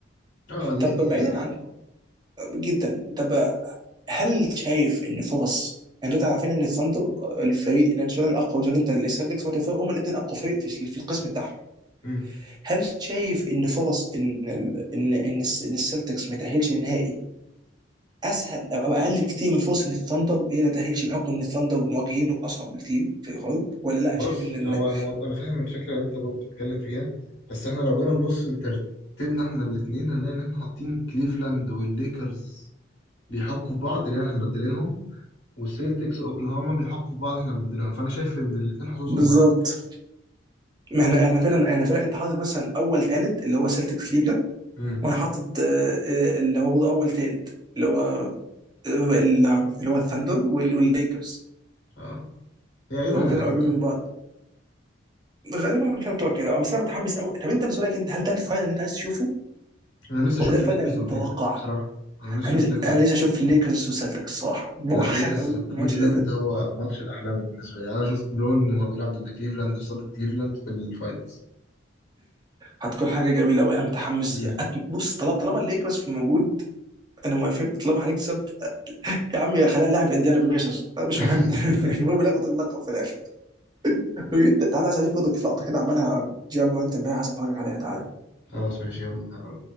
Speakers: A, on the left; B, on the right.
A: اه دي
B: طب بعيدا
A: ايزي قوي
B: عن جدا طب هل شايف ان فرص يعني دلوقتي عارفين ان الثاندر الفريق لان سؤال الاقوى مش عارف انت السلتكس والتفاهم هم الاثنين اقوى فريق في في القسم بتاعهم
A: امم
B: هل شايف ان فرص ان ال- ان ان الس- ان السلتكس ما تاهلش للنهائي اسهل او أو اقل بكتير من فرص ان الثاندر هي ما تاهلش بحكم ان الثاندر مواجهينه اصعب بكتير في الغرب ولا لا
A: بص
B: شايف ان ال...
A: هو الموضوع انا فاهم الفكرة اللي انت بتتكلم فيها بس احنا لو جينا نبص لترتيبنا احنا الاتنين هنلاقي ان احنا حاطين كليفلاند والليكرز بيحكوا في بعض لان احنا مبدلينهم والسيلتكس اوكلاهوما بيحقوا في بعض احنا بنديلهم فانا شايف ان الاثنين حظوظهم
B: بالظبط
A: واحد
B: ما احنا انا فعلا انا فعلا انت حاطط مثلا اول ثالث اللي هو سلتكس كليفلاند
A: امم
B: وانا حاطط آه، آه، اللي هو برضه اول ثالث اللي هو ال- اللي هو الثاندر وال- والليكرز
A: اه هي غير
B: فهم
A: ما هتبقى
B: فعلا
A: كده
B: قريبين من بعض غالبا مش هتبقى كده أه، بس انا متحمس قوي طب انت بالنسبه لك انت هل ده الفاينل اللي انت عايز تشوفه ولا
A: انا نفسي اشوف
B: ده الفاينل
A: الليكرز
B: اللي
A: وكليفلاند
B: متوقع
A: بصراحه انا نفسي
B: انا
A: اشوف ليفلاند
B: انا لسه اشوف ليكرز وسلتكس الصراحه وهخاف
A: لا الليكرز
B: قوي
A: وكليفلاند
B: من الماتش زي ده
A: هو ماتش الاحلام بالنسبه لي يعني انا اشوف برون وهو بيلعب ضد كليفلاند في صاله كليفلاند في الفاينلز
B: هتكون حاجه جميله قوي انا متحمس
A: امم
B: أت- بص طالما طالما الليكرز في موجود انا موافق طالما هنكسب يا عم يا خلينا نلعب انديانا بيسرز أه، مش
A: <laughs>
B: مهم <laughs> المهم ناخد اللقب في الاخر <laughs> تعالى عايز اضيف برضه في لقطه كده عملها جيم وانت امبارح عايز افرجك عليها تعالى
A: خلاص ماشي يلا تعالوا